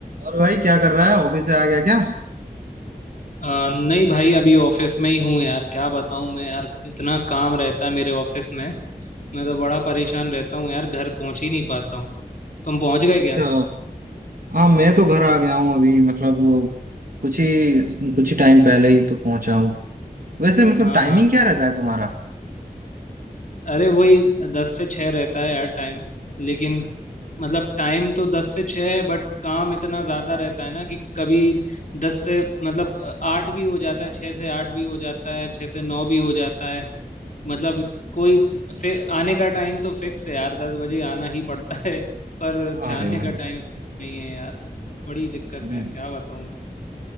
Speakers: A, on the right; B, on the left.
A: और भाई क्या कर रहा है ऑफिस से आ गया क्या
B: अ, नहीं भाई अभी ऑफिस में ही हूँ यार क्या बताऊँ मैं यार इतना काम रहता है मेरे ऑफिस में मैं तो बड़ा परेशान रहता हूँ यार घर पहुँच ही नहीं पाता हूँ तुम पहुँच गए
A: अच्छा
B: क्या
A: हाँ मैं तो घर आ गया हूँ अभी मतलब कुछ ही कुछ ही टाइम पहले ही तो पहुंचा हूँ वैसे मतलब
B: हाँ
A: टाइमिंग
B: हाँ
A: क्या रहता है तुम्हारा
B: अरे वही दस से छह रहता है यार टाइम लेकिन मतलब टाइम तो दस से छह है बट काम इतना ज्यादा रहता है ना कि कभी दस से मतलब आठ भी हो जाता है छह से आठ भी हो जाता है छह से नौ भी हो जाता है मतलब कोई फिर आने का टाइम तो फिक्स है यार दस बजे आना ही पड़ता है पर
A: अरे
B: जाने
A: भाई
B: का टाइम नहीं है यार बड़ी दिक्कत
A: हम्म,
B: है क्या बताऊं मैं